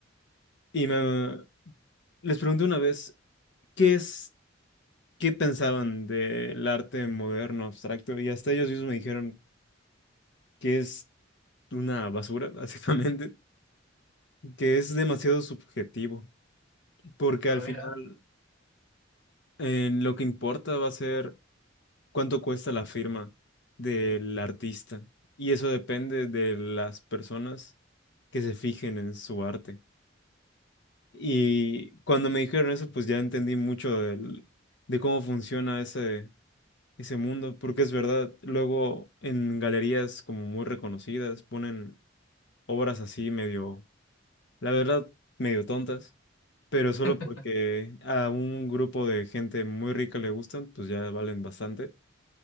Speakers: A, on the left (about 65°); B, on the left (about 85°).
A: y me, les pregunté una vez qué es, qué pensaban del arte moderno, abstracto y hasta ellos mismos me dijeron que es una basura, <laughs> básicamente, que es demasiado subjetivo, porque al
B: ah,
A: final
B: mira.
A: eh, lo que importa va a ser cuánto cuesta la firma del artista y eso depende de las personas que se fijen en su arte. Y cuando me dijeron eso, pues ya entendí mucho del- de cómo funciona ese, ese mundo, porque es verdad, luego en galerías como muy reconocidas ponen obras así medio, la verdad, medio tontas, pero solo
B: <laughs>
A: porque a un grupo de gente muy rica le gustan, pues ya valen bastante.